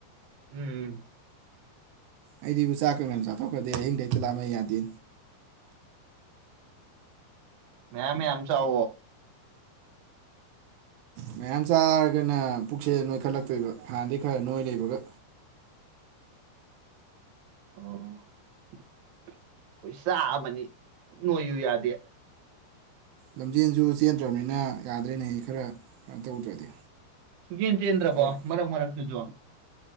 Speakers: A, on the right; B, on the right.
A: ꯎꯝ ꯎꯝ
B: ꯑꯩꯗꯤꯕꯨ ꯆꯥꯛ ꯀꯉꯅ ꯆꯥꯊꯣꯛꯀꯗꯦ ꯑꯍꯤꯡꯗ ꯍꯩꯛꯇ ꯂꯥꯛꯝꯃꯩ ꯌꯥꯗꯦ
A: ꯃꯌꯥꯝ ꯃꯌꯥꯝꯝꯆꯥ ꯑ
B: ꯃꯌꯥꯝ ꯆꯥꯔꯒꯅ ꯄꯨꯛꯁꯦꯜ ꯅꯣꯏꯈꯠꯂꯛꯇꯣꯏꯕ ꯍꯥꯟꯅꯗꯤꯩ ꯈꯔ ꯅꯣꯏ ꯂꯩꯕꯒ
A: ꯑꯣ ꯑꯩꯈꯣꯏ ꯆꯥꯑꯕꯅꯤ ꯅꯣꯏꯌꯨ ꯌꯥꯗꯦ
B: ꯂꯝꯖꯦꯟꯁꯨ ꯆꯦꯟꯗ꯭ꯔꯕꯅꯤꯅ ꯌꯥꯗ꯭ꯔꯦꯅꯦ ꯈꯔ ꯀ ꯇꯧꯗ꯭ꯔꯗꯤ
A: ꯁꯨꯛꯆꯦꯟ ꯆꯦꯟꯗ꯭ꯔꯕꯣ
B: ꯈꯔ
A: ꯃꯔꯛ ꯃꯔꯛꯇꯨꯁꯨ